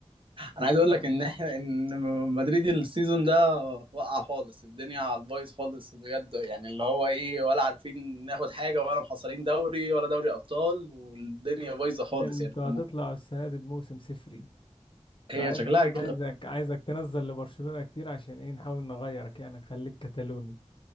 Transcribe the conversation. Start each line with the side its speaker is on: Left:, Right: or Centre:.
Right: انا عايز
Left: آه.
Right: اقول لك ان احنا ان مدريد السيزون ده وقع خالص الدنيا على البايظ خالص بجد يعني اللي هو ايه ولا عارفين ناخد حاجه ولا محصلين دوري ولا دوري ابطال والدنيا بايظه خالص
Left: انتوا
Right: يعني في الم-
Left: هتطلعوا السنة دي بموسم صفري
Right: هي
Left: فعايز
Right: شكلها كده
Left: عايزك عايزك تنزل لبرشلونة كتير عشان ايه نحاول نغيرك يعني نخليك كتالوني